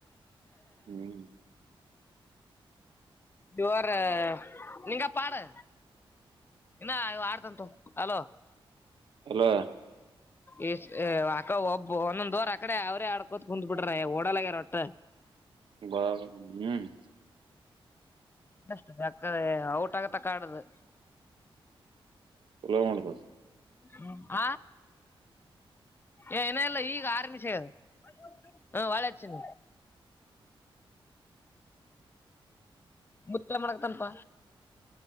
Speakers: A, on the right (about 60°); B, on the left (about 25°).
A: ಹ್ಮ್
B: ಇವರ ನಿಂಗ ಪಾಡು ಇನ್ನ ಇ ಆಡ್ತಂತು ಅಲೋ
A: ಅಲೋ
B: ಇ ಅಕ್ಕ ಒಬ್ಬ ಒಂದೊಂದ ದೋರ್ ಅಕಡೆ ಅವ್ರ ಆಡ್ಕೋತ್ ಕುಂದ್ ಬಿಟ್ರ ಓಡಲಗ್ಯಾರ ಒಟ್ಟ ಹ
A: ಬ ಹ್ಮ್
B: ಷ್ಟ ಯಾಕ್ರೆ ಔಟ್ ಆಗತ್ತ ಕಾಡದು
A: ಎಲ ಮಾಡ ಬ
B: ಹ್ಮ ಹ ಏ ಏನಲ್ಲ ಈಗ ಆರ್ಮಿ ಸದು ಹಾ ವಾಳಚನ ಮುುತ್ತ ಮಾಡಕತನ್ಪ